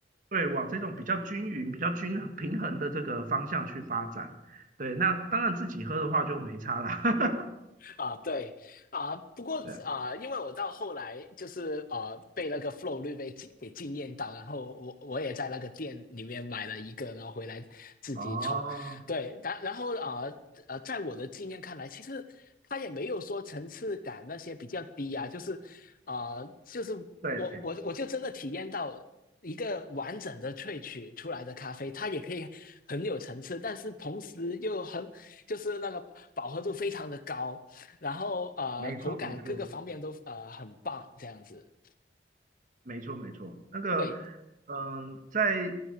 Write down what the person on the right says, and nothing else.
对往这种比较均匀、比较均平衡的这个方向去发展。对，那当然自己喝的话就没差啦。<laughs>
对，
哦，
对，
没错没错，
没错，没错，那个，
嗯，在